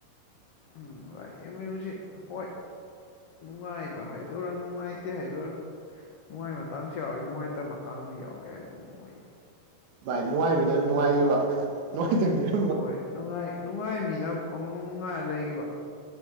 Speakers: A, on the left (about 80°); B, on the right (about 75°).
A: ꯎꯝ ꯑꯦꯝꯌꯨ ꯁꯦ ꯍꯣꯏ ꯅꯨꯡꯉꯥꯏꯕ ꯍꯥꯏꯗꯣꯏꯔꯥ ꯅꯨꯡꯉꯥꯏꯇꯦ ꯍꯥꯏꯗꯣꯏꯔꯥ ꯅꯨꯡꯉꯥꯏ ꯃꯇꯥꯡꯁꯨ ꯌꯥꯎꯋꯦ ꯅꯨꯡꯉꯥꯏꯇꯕ ꯃꯇꯥꯡꯁꯨ ꯌꯥꯎꯋꯦ ꯍꯥꯏꯗꯨꯅꯤ ꯍꯣꯏ
B: ꯕꯥꯏ ꯅꯨꯡꯉꯥꯏꯃꯤꯅ ꯑꯗꯨꯝ ꯅꯨꯡꯉꯥꯏꯒꯤꯕꯥ ꯅꯨꯡꯉꯥꯏ ꯇꯥꯒꯅ
A: ꯍꯣꯏ ꯅꯨꯡꯉꯥꯏ ꯅꯨꯡꯉꯥꯏ ꯃꯤꯅ ꯄꯪꯡꯅꯨꯡ ꯅꯨꯡꯉꯥꯏꯔ ꯂꯩꯒꯤꯕ